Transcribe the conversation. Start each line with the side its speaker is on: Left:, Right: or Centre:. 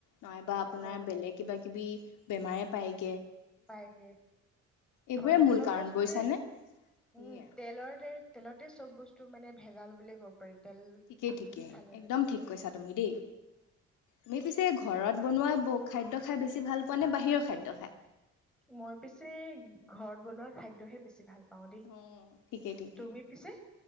Left: নইবা আপোনাৰ
Centre: হয়
Left: বেলেগ কিবা কিবি বেমাৰে পায়।
Centre: পাইগে
Left: এইবোৰে
Centre: হয়
Left: মূল
Centre: চব
Left: কাৰণ
Centre: বস্তুৱে
Left: বুজিছানে। সেয়াই
Centre: উম তেলৰ তেলতে চব বস্তু টো মানে ভেজাল বুলিয় কব পাৰি। তেল
Left: ঠিকেই ঠিকে
Centre: খালে
Left: একদম
Centre: মানে
Left: ঠিক কৈছা তুমি দেই তুমি পিছে ঘৰত বনোৱা ব খাদ্য খাই বেছি ভাল পোৱা নে বাহিৰৰ খাদ্য খায়?
Centre: মই পিছে ঘৰত বনোৱা খাদ্যহে বেছি ভাল পাওঁ দেই
Left: অ ঠিকেই ঠিকেই
Centre: তুমি পিছে